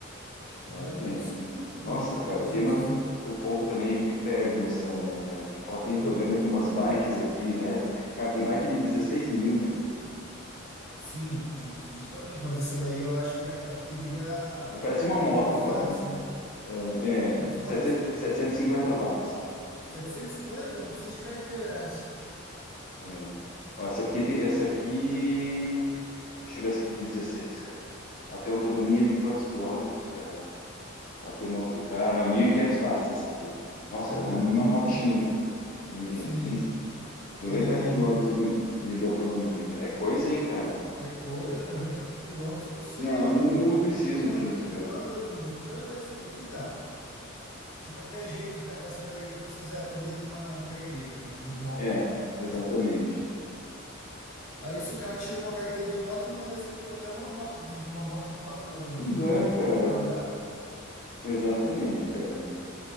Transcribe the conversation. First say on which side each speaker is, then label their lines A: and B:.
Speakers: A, on the left (about 40°); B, on the left (about 85°).
A: Claro
B: Anda
A: que
B: bem
A: anda.
B: sim com, com
A: Nossa,
B: o
A: cara,
B: patinetezinho.
A: tem uma. O povo também aqui perde noção, né, cara? Ó, tem,
B: Ah,
A: tô vendo aqui umas bikes aqui elétricas. Cara, tem bike de dezesseis mil, cara.
B: sim, ju- justamente, mas essa daí eu acho que é daquela, tem que ver a
A: É, Parece uma moto,
B: os
A: cara.
B: watts, né?
A: É,
B: Quantos
A: é setecentos
B: watts que é?
A: setecentos e cinquenta watts.
B: 750? Não precisa de carteira essa.
A: É. Ó, essa aqui tem. Essa aqui. Deixa eu ver essa aqui de dezesseis cara. Ela tem autonomia de quantos quilômetros, cara? Ela tem uma. auto- Ah, não, 1.500 watts essa aqui. Nossa,
B: Ah,
A: é uma, uma
B: mil
A: motinha.
B: e quinhentos.
A: 1.500,
B: Sim,
A: 15, 90
B: é
A: quilômetros
B: mil
A: de, de autonomia, cara. É coisa, hein, cara?
B: é coisa, Noventa quilômetros você
A: Não, mas não não preciso
B: não anda,
A: disso,
B: não
A: cara.
B: anda num. Não, mas é que tá. De qualquer jeito, ca- essa daí vai precisaria de uma carteira, né? De moto,
A: É,
B: para
A: exatamente.
B: você andar. Aí se o cara tira uma carteira de moto, numa dessa compra até uma moto, de uma moto moto logo
A: Pois
B: na vez,
A: é,
B: né? Se
A: cara.
B: for para andar.
A: Exatamente, cara.